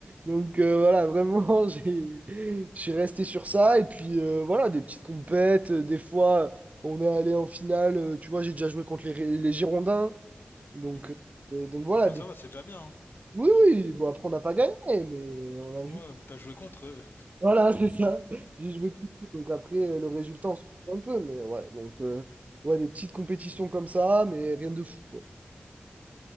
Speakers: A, on the right; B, on the left.
A: Donc euh, voilà, vraiment, <laughs> j'ai, je suis resté sur ça. Et puis euh, voilà, des petites compètes. euh, Des fois, euh, on est allé en finale. euh, tu vois, j'ai déjà joué contre les, les Girondins. Donc,
B: Mhm.
A: euh, donc voilà,
B: Ouais,
A: des...
B: ça va, c'est déjà bien. hein.
A: oui, oui. Bon, après, on n'a pas gagné, mais on
B: Ouais,
A: a
B: mais t'as joué contre eux.
A: Voilà, <laughs> c'est ça. J'ai joué tout le coup. Donc après, euh, le résultat, on s'en fout un peu. Mais ouais, donc, euh, ouais, des petites compétitions comme ça, mais rien de fou, quoi.